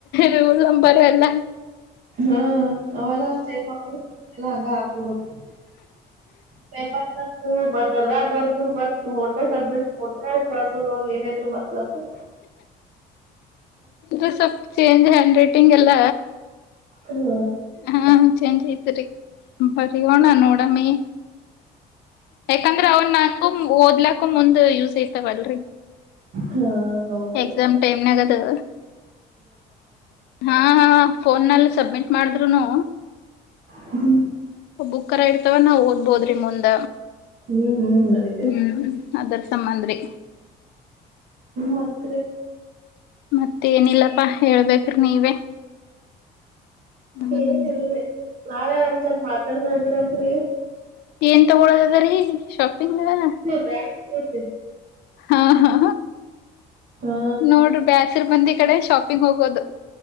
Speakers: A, on the left (about 75°); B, on the right (about 65°).
A: ರೂಲ್ ಬರಲ್ಲ
B: ಹಾ ಅವೆಲ್ಲ ಅಷ್ಟೇಜ್ ಮಾಡ ಹಂಗ ಹಾಕ್ಬಿಡದು ಪೇಪರ್ ಹ ಮತ್ ಅದ್ರ ಬರ್ ಮತ್ ಫೋಟೋ ಸಬ್ಮಿಟ್ ಫೋಟೋ ಕಳಸೋದ್ರ ಏನಐತ್ ಮತ್ ಮ ಲು
A: ದು ಸ ಚೇಂಜ್ ಹ್ಯಾಂಡ್ ರೈಟಿಂಗ್ ಎಲ್ಲ
B: ಹೂ
A: ಹಾ ಚೇಂಜ್ ಐತ್ರಿ ಬರಿ ಹೋಣ ನೋಡಮ್ಮಿ ಯಾಕಂದ್ರೆ ಅವ್ನ್ ನಾಕು ಓದ್ಲಕ್ಕು ಮುಂದ್ ಯೂಸ್ ತಗಲ್ರಿ
B: ಹಾ ಹೌದ್ರಿ
A: ಎಕ್ಸಾಮ್ ಟೈಮ್ ನಾಗದು ಹಾ ಹ ಫೋನ್ಲ್ಲಿ ಸಬ್ಮಿಟ್ ಮಾಡಿದ್ರುನು
B: ಹೂ
A: ಒಬ್ಬು ಕರ ಇರ್ತವ ನಾವ್ ಓದ್ಬೋದ್ರಿ ಮುಂದ
B: ಹ್ಮ್ ಹ್ಮ್ ನಡಿತೇತ್ರಿ
A: ಹೂ ದ ಸಂಬಂದ್ರಿ
B: ಮಾತ್ರಿ
A: ಮತ್ತ ಏನಿಲ್ಲಪ್ಪಾ ಹೇಳ್ಬೇಕ್ರಿ ನೀವೇ ಹ್ಮ್
B: ಏನಲ್ರಿ ನಾಳೆ ಒಂದ್ ಸ್ವಲ್ಪ ಮಾರ್ಕೆಟ್ಗೆ ಹೋಗ್ಬೇರನ್ರರಿ
A: ಏನ್ ತಗೊಳೋದ ಅದ ರೀ ಶಾಪಿಂಗ್ ಹೊಳಗ
B: ವ್ಯಾಗ
A: ಹಾ ಹಾ
B: ಹಾ
A: ನೋಡ್ರಿ ಬೇಾಸರಿ ಮಂದಿ ಕಡೆ ಶಾಪಿಂಗ್ ಹೋಗೋದು